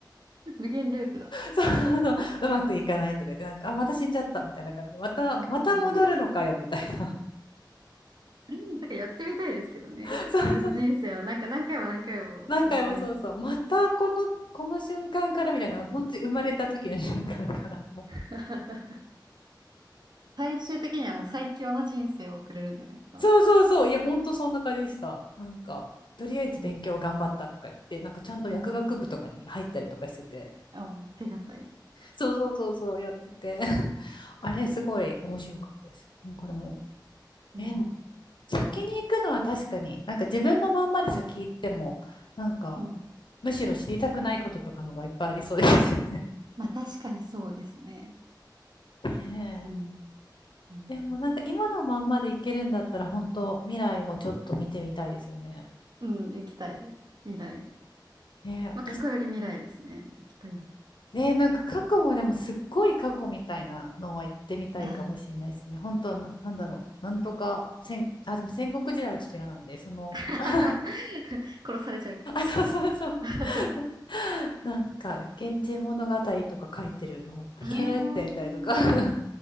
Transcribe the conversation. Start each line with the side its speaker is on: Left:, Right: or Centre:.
Right: 無限ループだ。
Left: そうそうそう、うまくいかないとか言って、なんか、あ、また死んじゃった、みたいな感じで、また、
Right: はいはいはい
Left: また戻るのかよ、みたいな。
Right: なんかやってみたいですけどね。
Left: <laughs> そうそう。
Right: 自分の人生をなんか何回も何回も繰り返して。
Left: 何回もそうそう。またこの、この瞬間からみたいな、本当に生まれた時の瞬間から。
Right: <laughs> 最終的にはもう最強の人生を送れるんじゃないですか
Left: そうそうそう。いや、本当そんな感じでした。なんか、とりあえず勉強頑張ったとか言って、
Right: うん。
Left: なんかちゃんと薬学部とかに入ったりとかしてて、
Right: うん。あ、うん手堅い。
Left: そうそうそうそう、やってて。<laughs> あれ、すごい面白かったです。もうこれも
Right: うん。
Left: う、え、先に行くのは確かに、なんか自分のまんまで先行っても、なんか、
Right: うん
Left: むしろ知りたくないこととかのがいっぱいありそうですよね。
Right: まあ確かにそうですね。
Left: <laughs> ねえ
Right: うん。うん。
Left: でもなんか今のまんまでいけるんだったら本当未来もちょっと見てみたいですよね。
Right: うん、行きたいです。未来。
Left: ねえ、
Right: まあ、
Left: 私、
Right: 過去より未来ですね。行きたい。
Left: ねえ、なんか過去もでもすっごい過去みたいなのは行ってみたいかもしれないですね。
Right: あー
Left: 本当な、なんだろう。なんとか戦、あ、でも戦国時代はちょっと嫌なんで、その、
Right: <laughs>
Left: <laughs> あ、
Right: 殺されちゃう。
Left: そうそうそう。
Right: <laughs>
Left: <laughs> なんか、源氏物語とか書いてるのを、
Right: あー、
Left: ひえーってみたいとか <laughs>